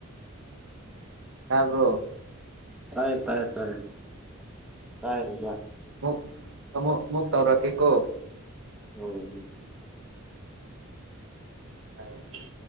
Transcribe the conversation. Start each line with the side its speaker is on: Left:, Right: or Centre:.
Right: ꯇꯥꯕ꯭ꯔꯣ
Centre: ꯇꯥꯏ ꯇꯥꯏ ꯇꯥꯏ ꯇꯥꯏ ꯇꯥꯏ
Right: ꯑꯃꯨꯛ ꯑꯃꯨꯛ ꯃꯨꯛ ꯇꯧꯔꯛꯀꯦꯀꯣ
Centre: ꯑꯣ ꯎꯝ
Right: <unintelligible>